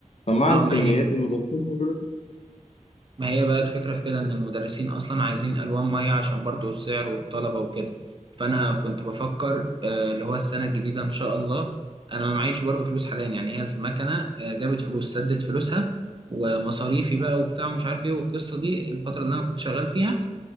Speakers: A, on the left; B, on the right.
A: فمع
B: اه
A: الكميات
B: ما هي
A: المدرسين هيقول لك
B: ما هي بقى الفكرة في كده إن المدرسين أصلا عايزين ألوان مية عشان برضو السعر والطلبة وكده فأنا كنت بفكر آه، اللي هو السنة الجديدة إن شاء الله أنا ما معيش برضو فلوس حاليا يعني هي المكنة آه، جابت فلوس سدت فلوسها ومصاريفي بقى وبتاع ومش عارف إيه والقصة دي الفترة اللي أنا كنت شغال فيها